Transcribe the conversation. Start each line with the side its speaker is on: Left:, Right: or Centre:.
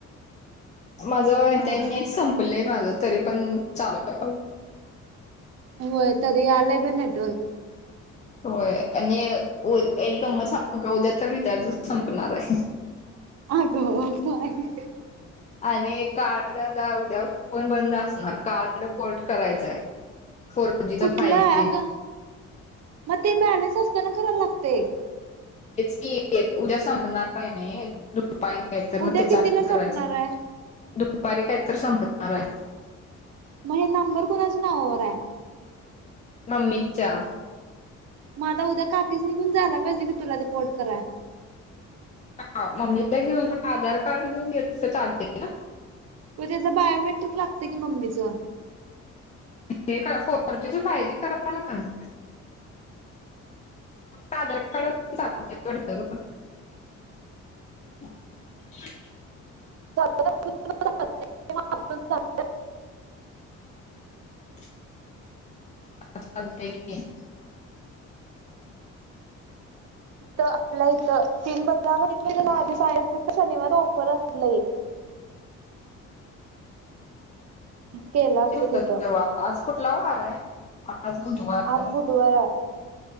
Left: माझं
Right: हा
Left: ते नेट संपले माझं तरी पण चालु
Right: होय तरी आलंय बे नेटवर्क.
Left: होय आणि उ एकदम मझा उद्या तर रिचार्जचं संपणारे.
Right: आगं हो बाई.
Left: आणि एक कार्ड आता उद्या फोन बंद असणार कार्ड पोर्ट करायचंय फोर जी च
Right: कुठलं
Left: फाई
Right: आहे
Left: जी.
Right: अगं मग ते बॅलन्स असताना कराल लागतये.
Left: हेच की ये उद्या संपणारेना हे. पाय काय तर
Right: उद्या
Left: मग ते
Right: कितीला
Left: चार्जिंग
Right: सपणार
Left: करायचंय
Right: आहे
Left: दु दुपाारी काय तर संपनारे.
Right: मग हे नंबर कोुणाच्या नावावरे.
Left: मम्मीच्या.
Right: म आता उद्या काकीसनी घेउन जाला पाहिजे कि तुला ते पोर्ट कराया.
Left: ह मम्मीला घेऊन आधार कार्ड घेऊन गेलं त चालत का?
Right: पूजेचं बायोमेट्रिक लागतंय कि मम्मीच.
Left: हे काय फोरजी चं फाय जी करायला पण. फक्त आधार कार्ड चालत पडतं ग. <inaudible>
Right: <unintelligible>
Left: <inaudible> चालतंय की. <inaudible>
Right: आपल्या इथं तीन बदला <inaudible> आधी सायन्स तर शनिवार ऑफर असते लाई.
Left: <inaudible>
Right: केला असतो
Left: <unintelligible>
Right: तिथं
Left: तेव्हा आज कुठला वारे आज बुधवारे.
Right: आज बुधवार आहे.